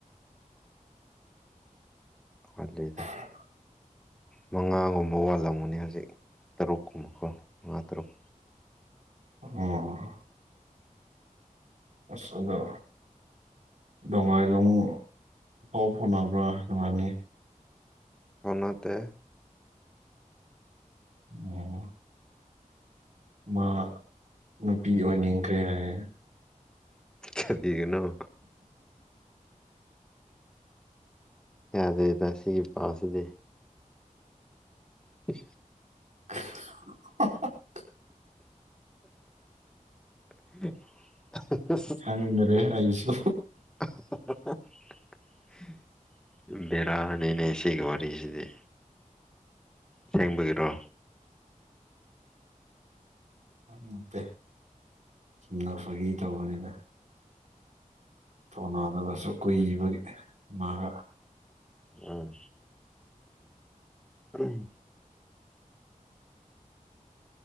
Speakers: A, in the centre; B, on the right (about 60°).
A: ꯍꯂꯂꯤꯗ
B: <unintelligible>
A: ꯃꯉꯥꯒꯨꯝꯕ ꯋꯥꯜꯂꯝꯒꯅꯦ ꯍꯧꯖꯤꯛ ꯇꯔꯨꯛꯀꯨꯝꯕꯀꯣ ꯃꯉꯥ ꯇꯔꯨꯛ
B: ꯑꯣꯝ ꯑꯁꯗꯣ ꯗꯣꯡꯉꯥꯏꯂꯣꯡ ꯄꯥꯎ ꯐꯥꯎꯅꯕ꯭ꯔꯥ ꯅꯨꯡꯉꯥꯏꯅꯤ
A: ꯑꯃꯇ
B: ꯑꯣꯝ ꯃꯥ ꯅꯨꯄꯤꯒꯤ ꯑꯣꯏꯅꯤꯡꯈ꯭ꯔꯦ ꯍꯥꯏꯔꯦ
A: ꯊꯔꯤꯒꯅꯣ ꯀꯗꯩ ꯇ ꯁꯤꯒꯤ ꯄꯥꯎꯁꯤꯗꯤ ꯑ
B: <unintelligible>
A: <unintelligible>
B: ꯈꯪꯗꯔꯦ ꯑꯩꯁꯨ
A: ꯕꯦꯔꯥꯅꯤꯅꯦ ꯁꯤꯒꯤ ꯋꯥꯔꯤꯁꯤꯗꯤ ꯁꯦꯡꯕꯒꯤꯔꯣ
B: ꯅꯠꯇꯦꯅ ꯐꯒꯤ ꯇꯧꯕꯅꯤꯅ ꯊꯧꯅꯗꯨꯒꯁꯨ ꯀꯨꯏꯕꯒꯤ ꯃꯥꯒ
A: ꯑꯥ ꯑ